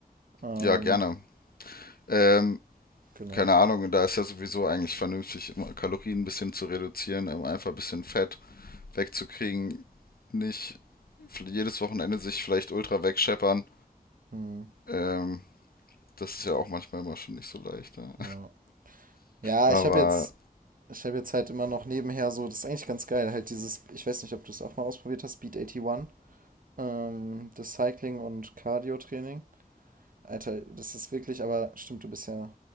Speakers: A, on the right; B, on the left.
A: Ähm,
B: Ja, gerne. Ähm,
A: genau.
B: keine Ahnung, da ist ja sowieso eigentlich vernünftig, immer Kalorien ein bisschen zu reduzieren, um einfach ein bisschen Fett wegzukriegen. Nicht jedes Wochenende sich vielleicht ultra wegscheppern.
A: Hm,
B: Ähm, das ist ja auch manchmal immer schon nicht so leicht. Ne?
A: ja. Ja,
B: Aber
A: ich habe jetzt Ich habe jetzt halt immer noch nebenher so, das ist eigentlich ganz geil, halt dieses, ich weiß nicht, ob du es auch mal ausprobiert hast, Beat 81, ähm, das Cycling- und Cardio-Training. Alter, das ist wirklich, aber stimmt, du bist ja